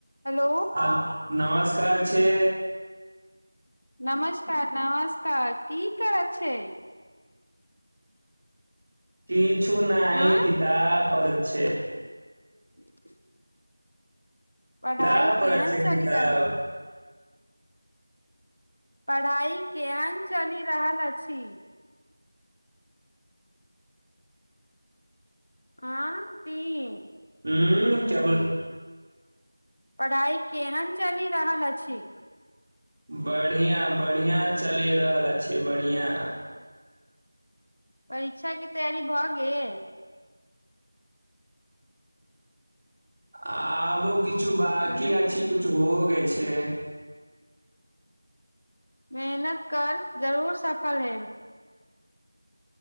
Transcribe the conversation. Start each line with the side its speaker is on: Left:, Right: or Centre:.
Left: hello
Right: ह नमस्कार छै
Left: नमस्कार नमस्कार की करत छै
Right: किछु नहि
Left: हँ
Right: किताब पढ़त छै
Left: <inaudible> पढ़ाई
Right: किताब
Left: केहन
Right: पढ़ैइ छियै
Left: चलि
Right: किताब
Left: रहल पढ़ाई केहन चलि रहल अछि हँ ठीक
Right: हूं क्या बोल
Left: पढ़ाई केहन चलि रहल अछि
Right: बढ़िआँ बढ़िआँ चलि रहल अछि बढ़िआँ
Left: परीक्षा के तैयारी भऽ गेल
Right: आबो किछु बाकी
Left: ह
Right: अछि किछु हो गेल छैइ
Left: मेहनत कर जरूर सफल हेब